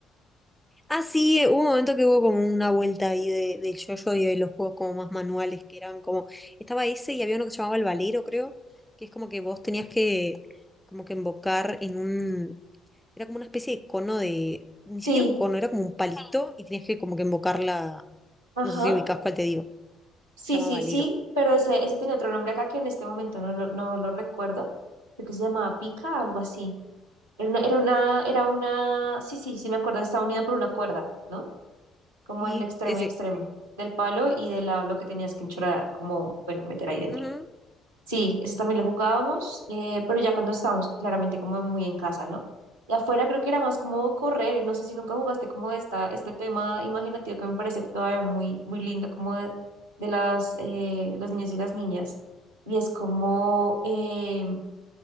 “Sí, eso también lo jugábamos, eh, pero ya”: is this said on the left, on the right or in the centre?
Right